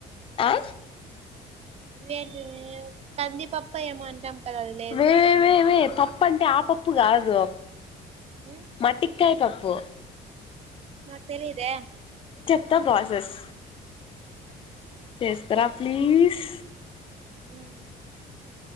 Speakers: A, on the left; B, on the right.
A: ఆ
B: ఏంటివి కందిపప్పు ఏమో అంటాం. కదా అది లేదు
A: వేే వే వే పప్పంటే ఆపప్పు కాదు.
B: ఉమ్
A: మట్టిక్ వంకాయ్ పప్పు.
B: మ <unintelligible> తెలీదా?
A: <unintelligible> ప్రాసెస్ చేస్తరా ప్లీజ్.
B: హ్మ్!